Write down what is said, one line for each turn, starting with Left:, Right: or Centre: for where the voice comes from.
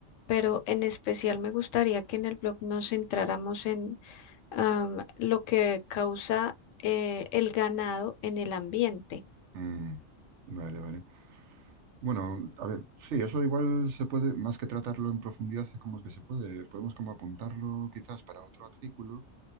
Left: pero en especial me gustaría que en el blog nos centráramos en am, lo que causa eh, el ganado en el ambiente.
Right: Mm, vale, vale. Bueno, a ver, sí, eso igual se puede, más que tratarlo en profundidad, es como que se puede, podemos como apuntarlo quizás para otro artículo